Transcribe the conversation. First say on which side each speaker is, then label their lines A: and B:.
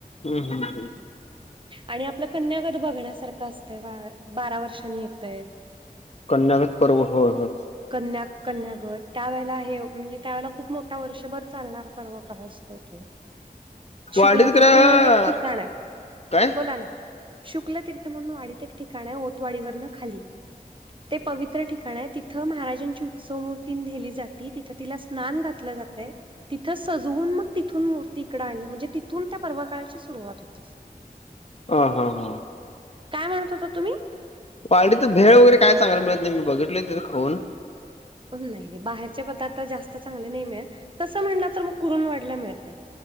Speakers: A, on the left; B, on the right.
A: हूं हूं हूं हूं
B: आणि आपलं कन्यागत बघण्यासारखं असतंय बा बारा वर्षांनी येतय
A: कन्यागत पर्व होय होय.
B: कन्या कन्यागट त्या वेळेला हे म्हणजे त्यावेळेला खूप मोठा वर्षभर चालणार पर्व काळ असतं तो शुक्लतीर्थ
A: वाडीत खरं
B: म्हणून एक ठिकाण आहे
A: काय
B: बोला ना शुक्लतीर्थ म्हणून वाडीत एक ठिकाण हाय ओतवाडीवरनं खाली ते पवित्र ठिकाण आहे तिथं महाराजांची उत्सव मूर्ती नेली जाते तिथ तिला स्नान घातलं जातय तिथं सजवून म तिथून मूर्ती इकड आण म्हणजे तिथून त्या पर्व काळाची सुरुवात होते.
A: हा हा हा
B: काय म्हणत होतात तुम्ही
A: कॉलिटीचं भेळ वगैरे काय चांगला मिळत नाय मी बघितलं तिथं खाऊन
B: पण नाही नाही बाहेरचे पदार्थ जास्त चांगले नाही मिळेत तसं म्हणलं तर मग कुरूम वाढला मिळतय.